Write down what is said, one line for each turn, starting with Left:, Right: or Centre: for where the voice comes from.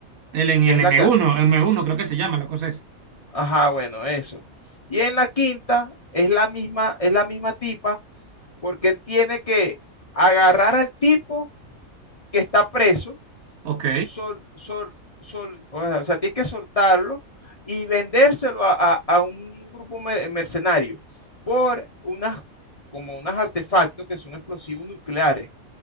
Right: el, en
Left: que
Right: el
Left: es la
Right: m
Left: que,
Right: uno m uno creo que se llama, la cosa es.
Left: ajá, bueno, eso. Y en la quinta es la misma, es la misma tipa porque él tiene que agarrar al tipo que está preso,
Right: Ok,
Left: sol, sol, sol, o sea, tiene que soltarlo y vendérselo a, a, a un grupo mercenario por unas, como unos artefactos que son explosivos nucleares.